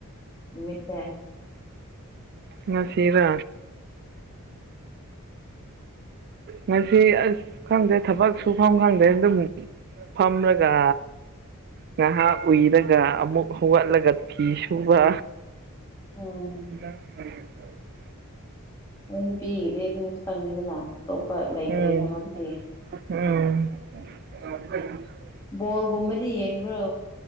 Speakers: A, on the left; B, on the right.
A: ꯅꯨꯃꯤꯠꯁꯦ
B: ꯉꯁꯤꯔꯥ ꯉꯥꯁꯤ ꯑꯁ ꯈꯪꯗꯦ ꯊꯕꯛ ꯁꯨꯐꯝ ꯈꯪꯗꯦ ꯑꯗꯨꯝ ꯐꯝꯔꯒ ꯉꯥꯍꯥꯛ ꯎꯏꯔꯒ ꯑꯃꯨꯛ ꯍꯧꯒꯠꯂꯒ ꯐꯤ ꯁꯨꯕ
A: ꯎꯝ
B: <unintelligible>
A: <unintelligible> ꯑꯇꯣꯞꯄ ꯂꯩꯇ꯭ꯔꯦꯅꯦ
B: ꯎꯝ
A: ꯑꯗꯨꯗꯤ
B: ꯎꯝ <unintelligible>
A: ꯕꯣꯜꯒꯨꯝꯕꯗꯤ ꯌꯦꯡꯕ꯭ꯔꯣ